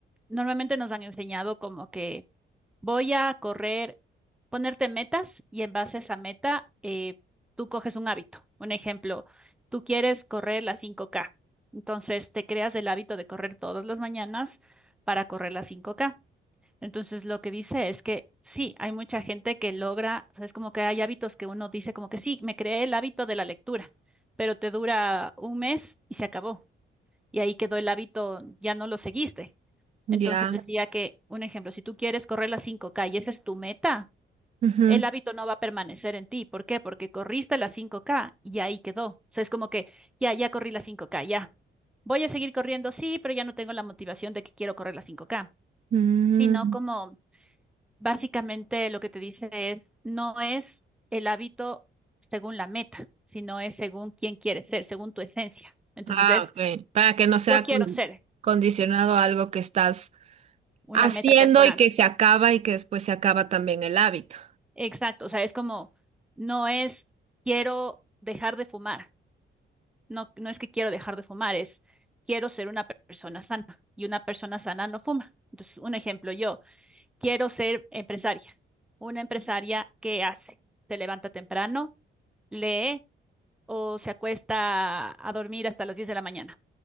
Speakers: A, in the centre; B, on the right (about 35°).
A: normalmente nos han enseñado como que Voy a correr, ponerte metas y en base a esa meta, eh, tú coges un hábito. Un ejemplo, tú quieres correr las cinco k Entonces te creas el hábito de correr todas las mañanas para correr las cinco k Entonces lo que dice es que sí, hay mucha gente que logra, o sea, es como que hay hábitos que uno dice como que sí, me creé el hábito de la lectura, pero te dura un mes y se acabó. Y ahí quedó el hábito, ya no lo seguiste.
B: Ya.
A: Entonces decía que, un ejemplo, si tú quieres correr las 5K y esa es tu meta,
B: Ujú.
A: el hábito no va a permanecer en ti. ¿Por qué? Porque corriste las 5K y ahí quedó. O sea, es como que ya, ya corrí las 5K, ya. Voy a seguir corriendo, sí, pero ya no tengo la motivación de que quiero correr las 5K,
B: Mm.
A: sino como básicamente lo que te dice es, no es el hábito según la meta, sino es según quién quieres ser, según tu esencia. Entonces
B: Ah,
A: es,
B: ok. Para que no sea
A: yo quiero
B: con-
A: ser
B: condicionado
A: ex-
B: a algo que estás
A: una
B: haciendo
A: meta temporal.
B: y que se acaba y que después se acaba también el hábito.
A: Exacto, o sea, es como, no es quiero dejar de fumar, no, no es que quiero dejar de fumar, es quiero ser una pe- persona sana y una persona sana no fuma. Entonces, un ejemplo, yo quiero ser empresaria, una empresaria que hace, se levanta temprano, lee o se acuesta a dormir hasta las 10 de la mañana.